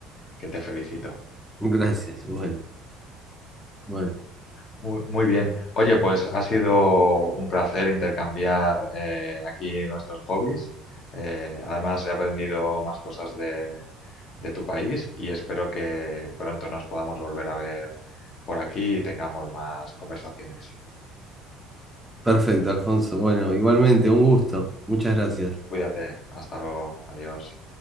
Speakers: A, on the left; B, in the centre.
A: que te felicito.
B: Gracias. Bueno, Bueno,
A: Muy, muy bien. Oye, pues ha sido un placer intercambiar eh, aquí nuestros hobbies. Eh, además, he aprendido más cosas de, de tu país y espero que pronto nos podamos volver a ver por aquí y tengamos más conversaciones.
B: perfecto, Alfonso. Bueno, igualmente, un gusto. Muchas gracias.
A: Cuídate. Hasta luego. Adiós.